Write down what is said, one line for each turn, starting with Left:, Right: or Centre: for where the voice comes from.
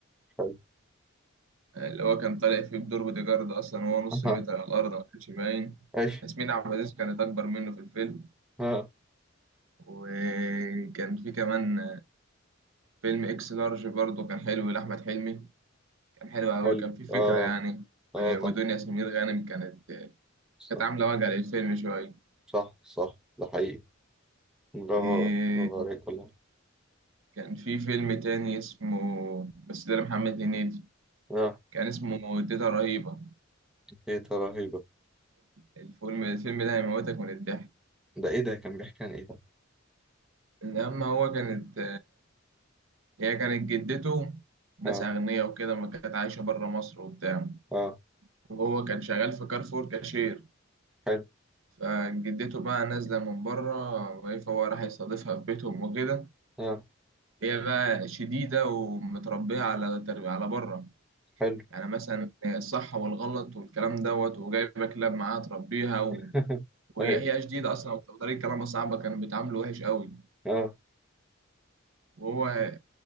Centre: حلو
Right: اللي هو كان طالع فيه بدور بودي جارد أصلا
Centre: <laughs>
Right: وهو نص
Centre: اها
Right: متر على الأرض ما كانش باين
Centre: ايش
Right: ياسمين عبد العزيز كانت أكبر منه في الفيلم
Centre: ها
Right: وكان في كمان فيلم إكس لارج برضه كان حلو لأحمد حلمي كان حلو أوي
Centre: حلو
Right: كان فيه فكرة
Centre: اه
Right: يعني
Centre: اه
Right: و-
Centre: طبعا
Right: ودنيا سمير غانم كانت
Centre: صح
Right: كانت عاملة وجع للفيلم شوية
Centre: صح صح ده حقيقي برافو
Right: إيه،
Centre: برافو عليك والله
Right: كان في فيلم تاني اسمه بس ده لمحمد هنيدي
Centre: اه
Right: كان اسمه تيتا رهيبة
Centre: ايه ده رهيبة
Right: الفيلم الفيلم ده هيموتك من الضحك
Centre: ده ايه ده كان بيحكي عن ايه ده
Right: لما هو كانت هي كانت جدته ناس
Centre: اه
Right: أغنياء وكده ما كانت عايشة برا مصر وبتاع
Centre: اه
Right: وهو كان شغال في كارفور كاشير
Centre: حلو
Right: فجدته بقى نازلة من برا فهو راح يستضيفها في بيتهم وكده
Centre: اه
Right: هي بقى شديدة ومتربية على تربية على برا
Centre: حلو
Right: يعني مثلا الصح والغلط والكلام دوت وجايبة كلاب معاها تربيها و...
Centre: <laughs>
Right: وهي
Centre: ايوه
Right: هي شديدة أصلا وطريقة كلامها صعبة كانوا بيتعاملوا وحش قوي
Centre: اه
Right: وهو